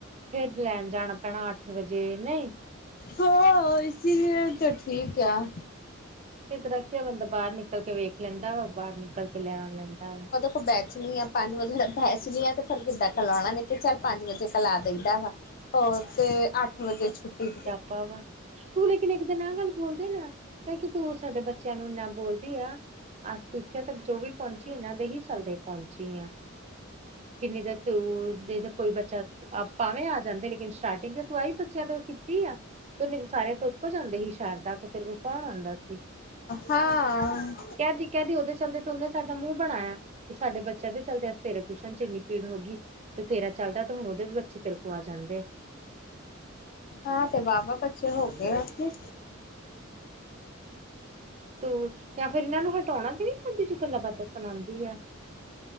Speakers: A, on the right (about 30°); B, on the left (about 45°).
A: ਫੇਰ ਲੈਣ ਜਾਣਾ। ਪੈਣਾ ਅੱਠ ਵਜੇ, ਨਹੀਂ
B: ਸੋ ਇਸੀ ਲਈਏ ਤਾਂ ਠੀਕ ਆ।
A: ਇਸ ਤਰਾਂ ਬੰਦਾ ਬਾਹਰ ਨਿਕਲ ਕੇ ਵੇਖ ਲੈਂਦਾ ਵਾ, ਬਾਹਰ ਨਿਕਲ ਕੇ ਲੈ ਆ ਲੈਂਦਾ ਵਾ।
B: ਬੈਚਣੀ ਆ ਪੰਜ ਵਜੇ ਬੈਚਣੀ ਆ ਤੇ ਫੇਰ ਕਿੱਦਾਂ ਖਿਲਾਉਣਾ ਨੇ ਚੱਲ ਪੰਜ ਵਜੇ ਸਲਾ ਦਈਦਾ ਵਾ। ਉਥੇ ਅੱਠ ਵਜੇ ਛੁੱਟੀ।
A: ਪਾ ਵਾ। ਤੂੰ ਲੇਕਿਨ ਇੱਕ ਦਿਨ ਆਹ ਗੱਲ ਬੋਲਦੇ ਨਾ, ਐ ਕੀ ਤੂੰ ਸਾਡੇ ਬੱਚਿਆਂ ਨੂੰ ਇੰਨਾ ਬੋਲਦੀ ਆ। ਆ ਇੱਥੇ ਤੱਕ ਜੋ ਵੀ ਪਹੁੰਚੀ, ਇਹਨਾਂ ਦੇ ਹੀ ਚੱਲਦੇ। ਪਹੁੰਚੀ ਆ, ਕਿੰਨੀ ਦੇਰ ਤੂੰ ਦੇ ਤੇ ਕੋਈ ਬੱਚਾ। ਆਪਾਵੇਂ ਆ ਜਾਂਦੇ ਲੇਕਿਨ, ਸਟਾਰਟਿੰਗ ਤੇ ਤੂੰ ਆਈ ਬੱਚਿਆਂ ਤੋਂ ਕੀਤੀ ਆ, ਤੇ ਉਹਨੇ ਸਾਰੇ ਤੁਦ ਕੋ ਜਾਂਂਦੇ ਸੀ ਸ਼ਾਰਦਾ ਤੇਰੇ ਕੋ ਕੌਣ ਆਉਂਦਾ। ਹਾਂ
B: ਹਾਂ
A: ਕਹਿਦੀ- ਕਹਿਦੀ ਉਹਦੇ ਚੱਲਦੇ ਤੇ ਉਹਨੇ ਸਾਡਾ ਮੂੰਹ ਬਣਾਇਆ। ਕਿ ਸਾਡੇ ਬੱਚਿਆਂ ਦੇ ਚਲਦੇ, ਤੇਰੇ ਟਿਊਸ਼ਨ ਚ ਇੰਨੀ ਭੀੜ ਹੋ ਗਈ। ਤੇ ਤੇਰਾ ਚੱਲਦਾ ਤੇ ਹੁਣ ਉਹਦੇ ਵੀ ਬੱਚੇ ਤੇਰੇ ਕੋ ਆ ਜਾਂਣਦੇ।
B: ਹਾਂ ਤੇ ਵਾਹ- ਵਾਹ ਬੱਚੇ ਹੋਂਗੇ ਉਥੇ।
A: ਤ ਜਾਂ ਫੇਰ ਇਹਨਾਂ ਨੂੰ ਹਟਾਉਣਾ ਵੀ ਨੀ ਚਾਹੁੰਦੀ, ਜੇ ਗੱਲਾਂ- ਬਾਤਾਂ ਸੁਣਾਉਂਦੀ ਆ।